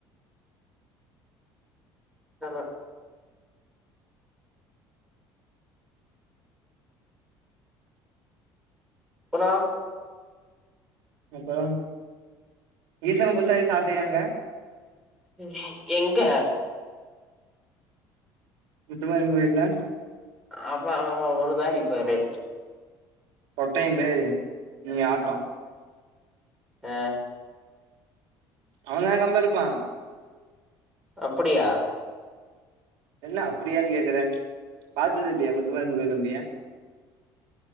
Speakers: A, in the centre; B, on the right.
A: ஆமா சொல்றா
B: அப்பறம் ஈசனல் புதுசாகி சார்ட்டயாங்க
A: ம் எங்க
B: முத்துமாரி அம்மன் கோயில்க்ங்ளா
A: அப்பா ஒருபேடிப்பாரு
B: சொட்டையம்பேரு நீ ஆட்டோ
A: ஆ
B: அவன்தா கம்பெடுப்பா
A: அப்படியா
B: என்ன அப்பிடியான் கேக்குற பாத்ததில்லியா முத்துமாரியம்மன் கோயிலான்டய